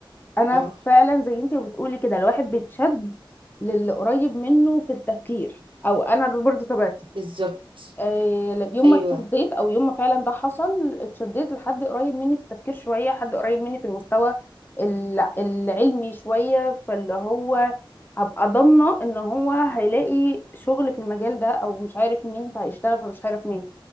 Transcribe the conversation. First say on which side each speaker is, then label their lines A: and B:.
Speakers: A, on the left; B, on the right.
A: انا
B: اه
A: فعلا زي انت بتقولي كده الواحد بيتشد للي قريب منه في التفكير او انا ده برضه تبعتي
B: بالظبط
A: آه، يوم
B: ايوه
A: ما اتشديت او يوم ما فعلا ده حصل اتشديت لحد قريب مني في التفكير شويه حد قريب مني في المستوى الع- العلمي شويه فاللي هو هبقى ضامنه ان هو هيلاقي شغل في المجال ده او مش عارف مين فهيشتغل فمش عارف مين